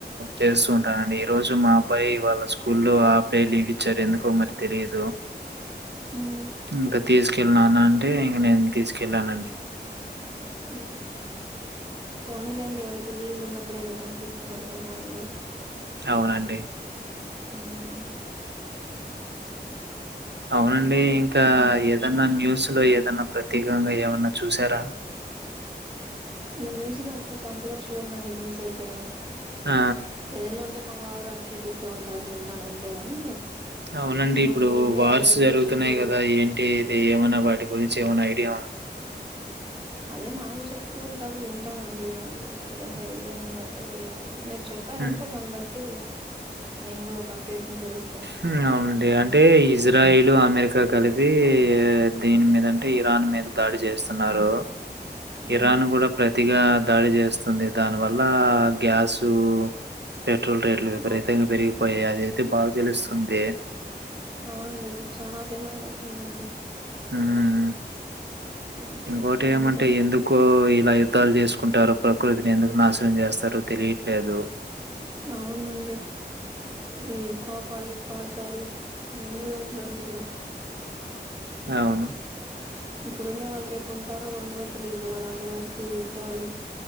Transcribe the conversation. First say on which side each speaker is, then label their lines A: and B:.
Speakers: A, on the right; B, on the right.
A: చేస్తూ ఉంటానండి ఈ రోజు మా అబ్బాయి వాళ్ళ స్కూల్లో హాఫ్ డే లీవ్ ఇచ్చారు ఎందుకో మరి తెలీదు
B: మ్మ్
A: ఇంకా తీసుకెళ్ నానా అంటే ఇంక నే తీసుకె కెలనం
B: ఉహ పోనీలేండి వాళ్ళకి లీవులు ఉన్నప్పుడే కదంని తీసుకుని వెళ్తాం మనం కూడా
A: అవునండి
B: ఉమ్మ్
A: అవునండి ఇంకా ఏదన్నా న్యూస్ లో ఏదన్నా ప్రత్యేకంగా ఏమన్నా చూసారా
B: న్యూస్ గా అంత అంతగా చూడండిండి న్యూస్ అయితే
A: ఆ
B: ఏదైనా ఉంటే మా వారు అప్డేట్ ఇస్తూ ఉంటారు వింటాను అంతేగాని
A: అవునండి ఇప్పుడు
B: నాకు ఉండే
A: వార్స్
B: ఒక బిజీ
A: జరుగుతున్నాయి
B: షెడ్యూల్లో
A: కదా ఏంటి ఇది ఏమైనా వాటి గురించి ఏమన్నా ఐ డియాన్
B: అదే మా ఆయన చెప్తూ ఉంటారు వింటానండి మరి ఎంత
A: హ్మ్.
B: ఐడియా ఏమి తేలియదు చెప్పారంటే
A: హ్మ్.
B: <unintelligible> బట్టి నేను కూడా ఒక అప్డేట్ ని తెలుస్
A: హు అవునండి అంటే ఇజ్రాయిల్ అమెరికా కలి యీ దేని మీద అంటే ఇరాన్ మీద దాడి చేస్తా ఉన్నారు
B: మ్మ్
A: ఇరాన్ కూడా ప్రతిగా దాడి చేస్తుంది దాని వల్ల గ్యాసు ద పెట్రోల్ రేట్లు విపరీతంగా
B: అవును
A: పెరిగిపోయాయి దైతే బాగ్ తెలుస్తుందే
B: అవునండి ఇప్పుడు చాలా డిమాండ్ అయితుందండి
A: ఉమ్మ్మ్
B: మ్మ్
A: ఇంకోటి ఏమంటే
B: ఏం చేద్దాం
A: ఎందుకు ఇలా యుద్ధాలు చేసుకుంటారు ప్రకృతి నేందుకు నాశనం చేస్తారు తెలియిట్లేదు
B: అవునండి ఈ కోపాలు స్వాట్ తలు ఎన్ని రోజులు ఉంటే ఇలా
A: అవును
B: ఇప్పుడ్ ఉండేవారు వాళ్ రేపు ఉంటారో ఉండరో తెలిదు అలాంటి వాటికి యుద్దలు